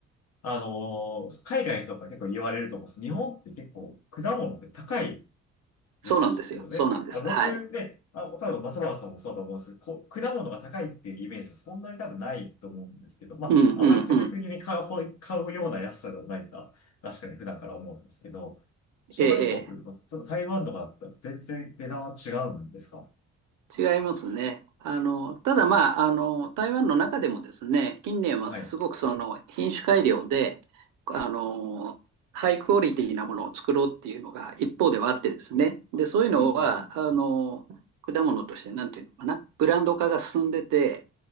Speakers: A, on the left (about 60°); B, on the right (about 80°).
A: あのー海外とか結構言われると思うんです。日本って結構果物って高いですよね。
B: そうなんですよ。そうなんです。
A: あ、僕ね、
B: はい。
A: あ、多分松原さんもそうだと思うんですけど、こ果物が高いっていうイメージはそんなに多分ないと思うんですけど、まあ、
B: うん、うん、
A: あまり積極的に買うほ、
B: うん。
A: 買うような安さではないか、確かに普段から思うんですけど、諸外国、
B: ええ、ええ。
A: まあちょっと台湾とかだったら全然値段は違うんですか
B: 違いますね。あの、ただまあ、あの、台湾の中でもですね、近年はすごくその品種改良で、
A: はい。
B: あの、ハイクオリティなものを作ろうっていうのが一方ではあってですね。で、そういうのは、
A: うん。
B: あの、果物としてなんていうのかな、ブランド化が進んでて、